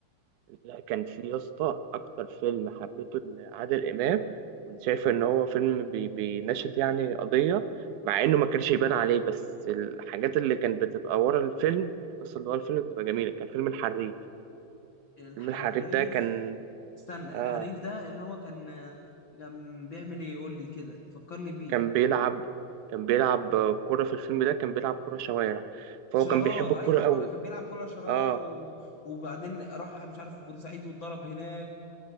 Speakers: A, on the right (about 75°); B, on the left (about 50°).
A: لا كان في يا اسطى اكتر فيلم حبيته لعادل امام كنت شايف ان هو فيلم بي بيناشد يعني قضيه مع انه ما كانش يبان عليه بس الحاجات اللي كانت بتبقى ورا الفيلم القصه اللي ورا الفيلم بتبقى جميله كان فيلم الحريف
B: الحريف
A: فيلم الحريف ده كان
B: استنى
A: آه
B: الحريف ده اللي هو كان كان بيعمل ايه قول لي كده فكرني بيه
A: كان بيلعب كان بيلعب كرة في الفيلم ده كان بيلعب كرة شوارع فهو
B: شراب
A: كان بيحب الكرة
B: ايوه بابا
A: قوي
B: كان بيلعب كلها شراب
A: اه
B: و... وبعدين راح مش عارف بورسعيد واتضرب هناك